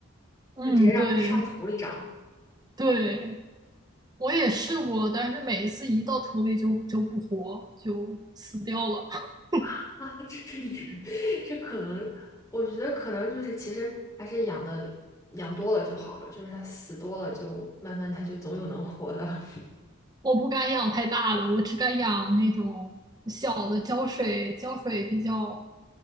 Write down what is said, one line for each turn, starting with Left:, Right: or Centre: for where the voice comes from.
Right: 嗯对
Left: 就直接让它上土里长。
Right: 对，我也试过，但是每一次一到土里就就不活，就死掉了。<laughs>
Left: <laughs> 啊，这这你 <laughs> 这可能，我觉得可能就是其实还是养的养多了就好了，就是它死多了就慢慢它就总有能活的。<laughs>
Right: 我不敢养太大的，我只敢养那种小的浇水，浇水比较